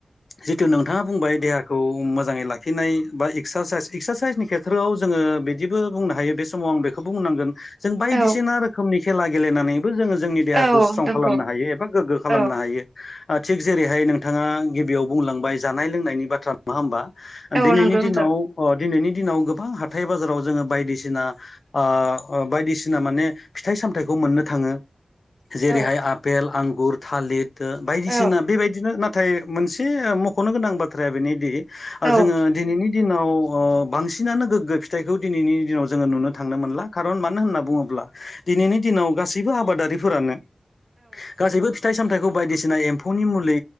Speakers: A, on the left; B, on the right.
A: जिथु नोंथाङा बुंबाय देहाखौ मोजाङै लाखिनाय बा एक्सारसाइस एक्सारसाइसनि खेथ्रआव जोङो बिदिबो बुं हायो बे समाव आं बेखौबो बुंनांगोन जों बायदिसिना
B: औ
A: रोखोमनि खेला गेलेनानै जोङो जोंनि देहाखौ
B: औ
A: स्ट्रं
B: नंगौ
A: खालामनो हायो एबा गोग्गो खालामनो
B: औ
A: हायो। ओ थिग जेरैहाय नोंथाङा गिबियाव बुंलांबाय जानाय लोंनायनि बाथ्रा नङा होमबा
B: औ
A: दिनैनि
B: नंगौ
A: दिनाव
B: नोंथां
A: ओ दिनैनि दिनाव गोबां हाथाय बाजाराव जोङो बायदिसिना ओ बायदिसिना माने फिथाइ सामथथायखौ मोननो थाङो। जेरैहाय
B: औ
A: आफेल आंगुर थालिर बायदिसिना
B: औ
A: बेबायदिनो ना थाय मोनसे मख'नो गोनां बाथ्राया बेनोदि
B: औ
A: जोङो दिनैनि दिनाव ओ बांसिनानो गोग्गो फिथाइखौ दिनैनि दिनाव जोङो नुनो थांनो मोनला खारन मानो होनना बुङोब्ला दिनैनि दिनाव गासैबो आबादारिफोरानो गासैबो फिथाइ सामथाइखौ बायदिसिना एम्फौनि मुलि